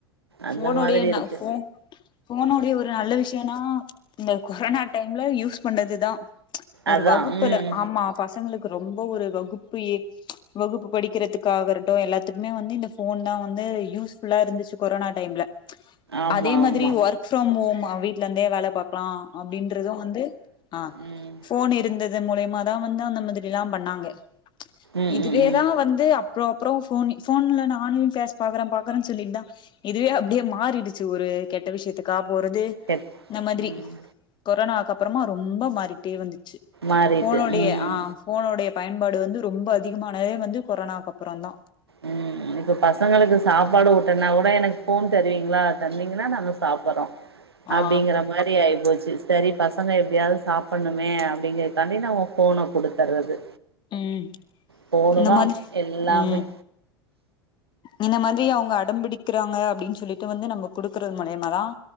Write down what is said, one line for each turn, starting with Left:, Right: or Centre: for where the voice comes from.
Right: அந்த
Left: போனுடைய
Right: மாதிரி
Left: ந
Right: இருக்கு
Left: போன் போனுடைய ஒரு நல்ல விஷ் னா இந்த கொரோனா டைம்ல யூஸ் பண்ணது தான் ஒரு
Right: அதா
Left: வகுப்புல
Right: ம்
Left: ஆமா பசங்களுக்கு ரொம்ப ஒரு வகுப்பு எ வகுப்பு படிக்கிறதுக்கு ஆகரட்டும் எல்லாத்துக்குமே வந்து இந்த போன் தான் வந்து யூஸ் ஃபுல்லா இருந்துச்சு கொரோனா டைம்ல
Right: ஆமா
Left: அதே மாதிரி
Right: ஆமா
Left: ஒர்க் ஃப்ரம் ஹோம் அவ வீட்லந்தே வேல பாப் றான் அப்படின்றதும் வந்து ஆ
Right: ம்
Left: போன் இருந்தது இதன் மூலியமா தான் வந்து அந்த மாதிரி எல்லாம் பண்ணாங்க
Right: ம்
Left: இதுவே
Right: ம் ம்
Left: தான் வந்து அப் அப்றோ அப்றோ போன் போன்ல நான் ஆன்லைன் கிளாஸ் பாக்குறேன் பாக்குறேன்னு சொல்லிட்டு தா இதுவே அப்படியே மாறிடுச்சு ஒரு கெட்ட விஷயத்துக்காப் போறது
Right: கெட்
Left: இந்த மாதிரி
Right: ம்
Left: கொரோனா அப்பறமா ரொம்ப மாறிட்டே வந்துட்டு
Right: மாறிட்டு
Left: போனுடைய
Right: ம்
Left: ஆ போனுடைய பயன்பாடு வந்து ரொம்ப அதிகமானதே வந்து கொரோனாக்கு அப்புறோ தா
Right: ம் இப்ப பசங்களுக்கு சாப்பாடு ஊட்டன்னா கூட எனக்கு போன் தருவீங்களா தந்தீங்கன்னா நாங்க சாப்றோம் அப்படிங்கற
Left: ஆ
Right: மாதிரி ஆயி போச்சு செரி பசங்க எப்படியாவது சாப்ட்ணுமே அப்படிங்கறக்காண்டி நம்ம போனை குடுத்தர்றது
Left: ம்
Right: ஃபோனு
Left: இந்த
Right: தா
Left: மாதிரி
Right: எல்லாமே
Left: ம் இந்த மாதிரி அவங்க அடம்பிடிக் க்கறாங்க அப்படின்னு சொல்லிட்டு வந்து நம்ம குடுக்குறது முலியமா தான்